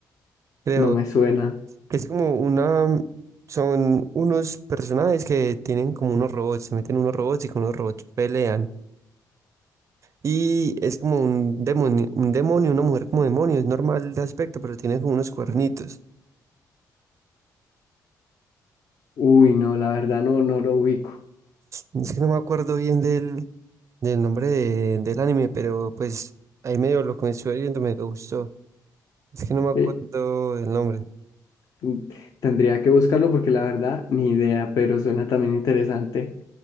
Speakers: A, on the right; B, on the left.
A: creo,
B: no me suena.
A: que es como una, son unos personajes que tienen como unos robots, se meten unos robots y con los robots pelean. Y es como un demonio, un demonio, una mujer como demonio, es normal de aspecto, pero tiene como unos cuernitos.
B: Uy, no, la verdad no, no lo ubico.
A: Es que no me acuerdo bien del, del nombre de- del anime, pero pues ahí medio lo que me estuve viendo me gustó. Es que no me acuerdo
B: Eh,
A: del nombre.
B: Mm, Tendría que buscarlo porque la verdad, ni idea, pero suena también interesante.